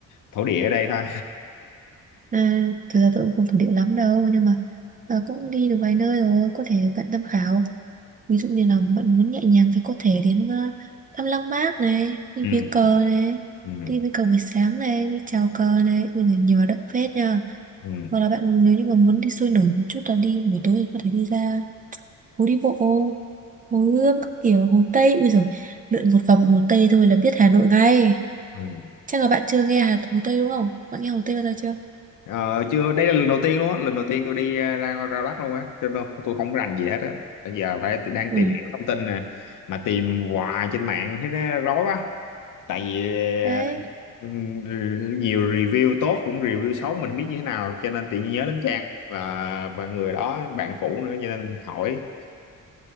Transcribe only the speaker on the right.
À, thực ra tôi cũng không thuộc địa lắm đâu nhưng mà ờ, cũng đi được vài nơi rồi, có thể bạn tham khảo. ví dụ như là bạn muốn nhẹ nhàng thì có thể đến ờ, thăm Lăng Bác này
đi
viếng cờ này
đi viếng cờ buổi sáng này đi chào cờ này bây giờ nhiều hoạt động phết nha
hoặc là bạn nếu như mà muốn đi sôi nổi một chút là đi buổi tối thì có thể đi ra phố đi bộ hồ Gươm các kiểu hồ Tây bây giờ lượn một vòng hồ Tây thôi là biết Hà Nội ngay
chắc là bạn chưa nghe Hà Hồ Tây đúng không bạn nghe Hồ Tây bao giờ chưa
Ui.
đấy